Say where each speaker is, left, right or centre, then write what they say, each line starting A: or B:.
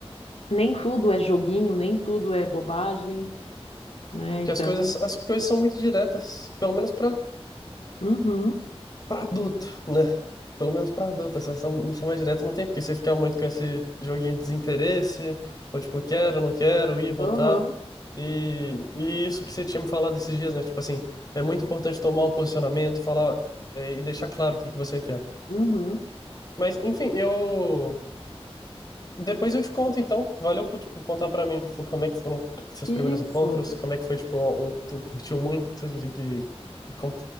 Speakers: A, on the left; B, on the left.
A: nem tudo é joguinho, nem tudo é bobagem, né? Então,
B: Que as coisas, as coisas são muito diretas, pelo menos para
A: uhum.
B: Pra adulto, né? Pelo menos pra adulto. Essa sessão sessão mais direta não tem, porque você ficar muito com esse joguinho de desinteresse, ou tipo, quero, não quero, ir, voltar.
A: Uhum,
B: E, e isso que você tinha me falado esses dias, né? Tipo assim, é muito importante tomar um posicionamento, falar, eh, e deixar claro o que que você quer.
A: uhum.
B: Mas, enfim, eu. Depois eu te conto, então. Valeu por, tipo, contar pra mim, tipo, como é que foram seus
A: Isso.
B: primeiros encontros, como é que foi, tipo, um, tu curtiu muito de, de- de como